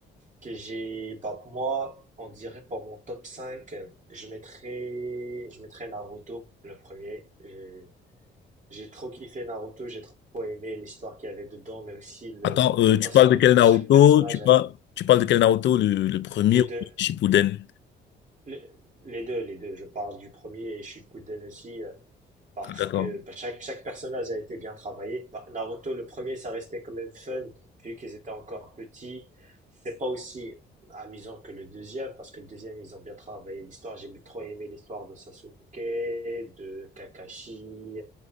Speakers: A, on the right (about 40°); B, on the left (about 65°).
A: que j'ai, bah, moi, on dirait pour mon top 5 je mettrais, je mettrais Naruto, le premier. J'ai j'ai trop kiffé Naruto, j'ai trop aimé l'histoire qu'il y avait dedans, mais aussi le-
B: Attends, euh,
A: la façon
B: tu parles de
A: dont
B: quel Naruto?
A: chaque personnage
B: Tu parles,
A: a été,
B: tu parles de quel Naruto? Le, le premier
A: les
B: ou
A: deux,
B: le Shippuden?
A: le- les, deux, les deux, je parle du premier et Shippuden aussi. euh, parce
B: Ah, d'accord.
A: que bah, chaque, chaque personnage a été bien travaillé. Bah, Naruto, le premier, ça restait quand même fun, vu qu'ils étaient encore petits. C'est pas aussi amusant que le deuxième, parce que le deuxième, ils ont bien travaillé l'histoire. J'ai trop aimé l'histoire de Sasuke, de Kakashi,